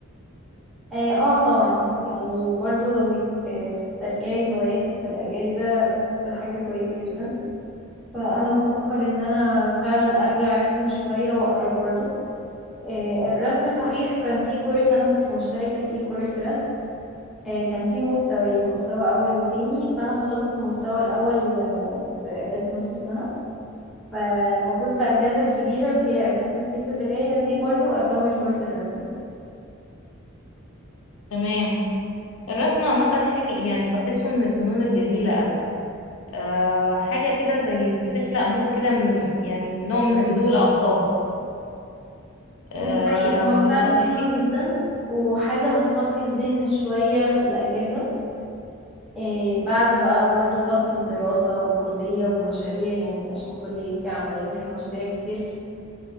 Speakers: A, in the centre; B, on the left.
A: اه آه طبعا يعني برضو انك آه، تسترجعي هواياتك في الاجازة تكون حاجة كويسة جدا فانا بفكر ان انا فعلا ارجع ارسم شوية واقرا برضو آه، الرسم صحيح كان في كورس انا كنت مشتركة فيه كورس رسم آه، كان في مستويين مستوى اول وتاني فانا خلصت المستوى الاول آه، في اجازة نص السنة فالمفروض في الاجازة الكبيرة اللي هي اجازة الصيف اللي جاية دي برضو اكمل كورس الرسم ده
B: تمام الرسم عامه حلو يعني بحسه من الفنون الجميله قوي أه حاجه كده زي بتخلق مود كده من يعني من نوع من هدوء الاعصاب آه
A: دي حقيقة هو
B: بتخليكي
A: فعلا حلو جدا وحاجة هتصفي الذهن شوية في الاجازة إيه بعد بقى برضو ضغط الدراسة والكلية والمشاريع يعني عشان كليتي عملية فيها مشاريع كتير